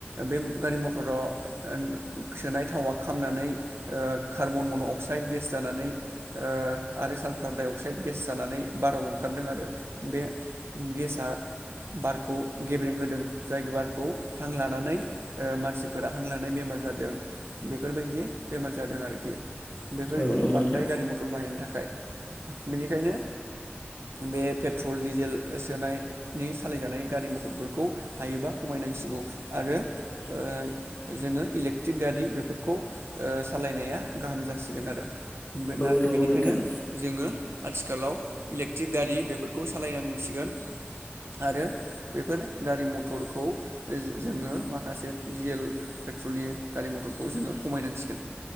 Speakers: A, on the right; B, on the left.
A: बे गारि मथराव ओं सोनाय थावा खामनानै ओ कार्बन मन' अक्साइड गेस जानानै ओ आरो साल्फार डाइ अक्साइद गेस जानानै बाराव ओंखारदों आरो बे गेसआ बारखौ गेब्रें होदों जाय बारखौ हां लानानै ओ मानसिफोरा हां लानाय बेमार जादों बेफोरबायदि बेमार जादों आरोखि बेफोरबायदि
B: औ नंगौ
A: बांद्राय
B: नोंथां
A: गारि म थर बाहायनायनि थाखाय बेनिखायनो बे पेट्रल डिजेल सोनाय नि सालायजानाय गारि मथरफोरखौ हायोबा खमायनांसिगौ आरो ओ जोङो इलेक्ट्रिक गारि बेफोरखौ ओ सालायनाया गाहाम जासिगोन आरो बे
B: औ
A: बेनिखायनो
B: नंगौ नोंथां
A: जोङो आथिखालाव इलेक्ट्रिक गारि बेफोरखौ सालायनांसिगोन आरो बेफोर गारि मथरखौ ओ‌ जोङो माखासे डिजेल पेट्रलनि गारि मथरखौ जोङो खमायनांसिगोन